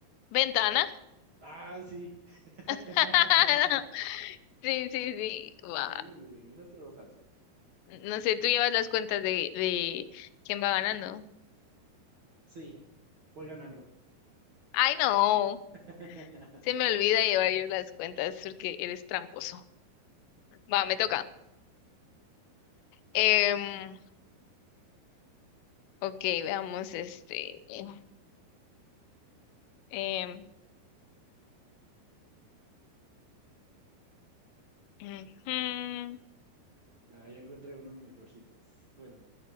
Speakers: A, on the left; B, on the right.
A: ¿Ventana?
B: Ah, sí. <laughs>
A: <laughs> Sí, sí, sí. Va.
B: Muy bien, eso estuvo fácil.
A: No sé, tú llevas las cuentas de, de quién va ganando.
B: Sí, voy ganando.
A: Ay, no.
B: <laughs>
A: Se me olvida llevar yo las cuentas porque eres tramposo. Va, me toca. Em, ok, veamos este. em, em, ujú,
B: Ahí encontré unos mejorcitos. Bueno,